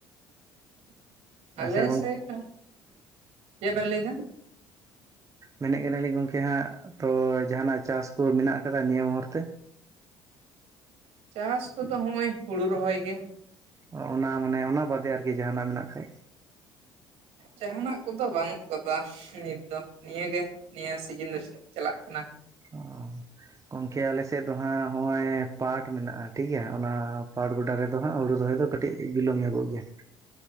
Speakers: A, on the right (about 60°); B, on the right (about 25°).
A: <unintelligible> ᱟᱞᱮ
B: ᱟᱪᱪᱷᱟ ᱜᱚᱝᱠᱮ
A: ᱥᱮᱫ ᱦᱚᱸ <unintelligible> ᱪᱮᱫ ᱵᱮᱱ ᱞᱟᱹᱭ ᱮᱫᱟ
B: ᱢᱮᱱᱮᱫ ᱠᱟᱱᱟᱞᱤᱧ ᱜᱚᱝᱠᱮ ᱦᱟᱸᱜ ᱛᱚ ᱡᱟᱦᱟᱱᱟᱜ ᱪᱟᱥ ᱠᱚ ᱢᱮᱱᱟᱜ ᱟᱠᱟᱫᱟ ᱱᱤᱭᱟᱹ ᱢᱩᱦᱩᱨ ᱛᱮ
A: ᱪᱟᱥ ᱠᱚᱫᱚ ᱱᱚᱜᱼᱚᱭ ᱦᱩᱲᱩ ᱨᱚᱦᱚᱭ ᱜᱮ
B: <unintelligible> ᱚᱱᱟ ᱢᱟᱱᱮ ᱚᱱᱟ ᱵᱟᱫᱮ ᱟᱨᱠᱤ ᱡᱟᱦᱟᱱᱟᱜ ᱢᱮᱱᱟᱜ ᱠᱷᱟᱡ
A: ᱡᱟᱦᱟᱱᱟᱜ ᱠᱚᱫᱚ ᱵᱟᱹᱱᱩᱜ ᱟᱠᱟᱫᱟ ᱱᱤᱛ ᱫᱚ ᱱᱤᱭᱟᱹᱜᱮ ᱱᱤᱭᱟᱹ ᱥᱤᱡᱤᱱ ᱫᱚ ᱪᱟᱞᱟᱜ ᱠᱟᱱᱟ
B: ᱚ <unintelligible> ᱜᱚᱝᱠᱮ ᱟᱞᱮ ᱥᱮᱫ ᱫᱚ ᱦᱟᱸᱜ ᱱᱚᱜᱼᱚᱭ ᱯᱟᱴ ᱢᱮᱱᱟᱜᱼᱟ ᱴᱷᱤᱠ ᱜᱮᱭᱟ ᱚᱱᱟ ᱯᱟᱴ ᱜᱚᱰᱟ ᱨᱮᱫᱚ ᱦᱟᱸᱜ ᱦᱩᱲᱩ ᱫᱚᱦᱚᱭ ᱫᱚ ᱠᱟᱹᱴᱤᱡ ᱵᱤᱞᱚᱢ ᱧᱚᱜᱚᱜ ᱜᱮᱭᱟ